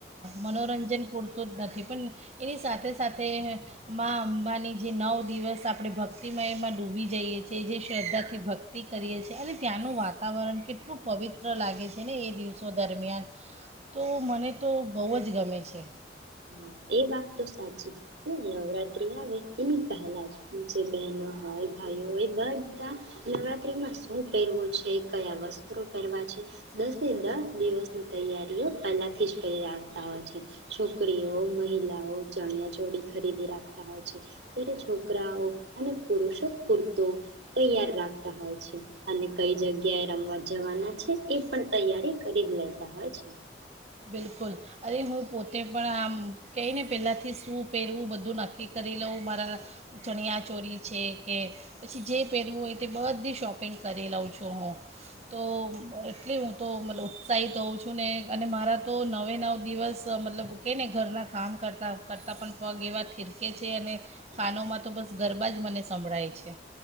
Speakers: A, on the right; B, on the right.
A: મનોરંજન પૂરતું તો જ નથી પણ એની સાથે સાથે મા અંબાની જે નવ દિવસ આપણે ભક્તિમયમાં ડૂબી જઈએ છીએ. જે શ્રદ્ધાથી ભક્તિ કરીએ છીએ અને ત્યાંનું વાતાવરણ કેટલું પવિત્ર લાગે છે ને એ દિવસો દરમિયાન તો મને તો બોવ જ ગમે છે.
B: હા, એ વાત તો સાચી. શું નવરાત્રી આવે એની પહેલાં જ જે બહેનો હોય, ભાઈઓ હોય બધા નવરાત્રીમાં શું પહેરવું છે, કયા વસ્ત્રો પહેરવા છે. દસે દસ દિવસની તૈયારીઓ પહેલા થી જ કરી રાખતા હોય છે. છોકરીઓ કોય મહિલાઓ ચણિયા ચોળી ખરીદી રાખતા હોય છે, ત્યારે છોકરાઓ અને પુરુષો પૂરતો તૈયાર રાખતા હોય છે અને કઈ જગ્યાએ રમવા જવાના છે, એ પણ તૈયારી કરી જ લેતા હોય છે.
A: બિલકુલ, અરે હું પોતે પણ આમ કેયને પેલા થી શું પહેરવું બધું નક્કી કરી લઉં. મારા ચણિયા ચોરી છે, કે પછી જે પહેરવું હોય તે બધી શોપિંગ કરી લઉં છું. હું તો એટલી હું તો મ ઉત્સાહિત હોઉં છું ને અને મારા તો નવે નવ દિવસ મતલબ કેય ને ઘરના કામ કરતા કરતાં પણ પગ એવા થિરકે છે અને કાનોમાં તો બસ ગરબા જ મને સંભળાય છે.